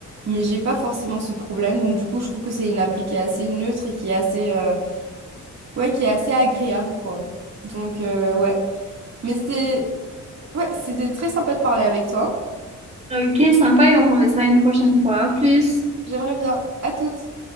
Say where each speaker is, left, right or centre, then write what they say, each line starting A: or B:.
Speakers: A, on the right; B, on the right.
A: Mais j'ai pas forcément ce problème, donc du coup je trouve que c'est une appli qui est assez neutre et qui est assez, euh, ouais, qui est assez agréable, quoi. Donc euh, ouais. Mais c'est ouais, c'était très sympa de parler avec toi.
B: Ok, sympa et on remet ça une prochaine fois. À plus.
A: J'aimerais bien. À toutes.